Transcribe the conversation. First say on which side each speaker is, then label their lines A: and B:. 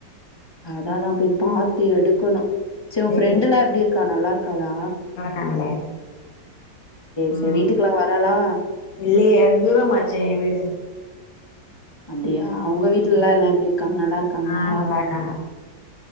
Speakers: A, on the left (about 30°); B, on the left (about 55°).
A: அதாதா போய் பாத்து
B: ம்
A: எடுக்கணு செரிஉன்
B: சேரி
A: ஃப்ரெண்டுல்லா எப்டி இருக்கா நல்லாருக்காளா
B: காங்களே
A: சரி
B: ம்
A: வீட்டுக்குலாம் வராளா?
B: இல்லயே தூரமாச்சே என் வீடு
A: அப்படியா?
B: அபி வருவா
A: உங்க வீட்லலாம் எல்லாம்
B: உ
A: எல்லாம் எப்படி இருக்காங்க? நல்லா இருக்காங்களா?
B: ஆஹ் நல்லா இருக்காங்க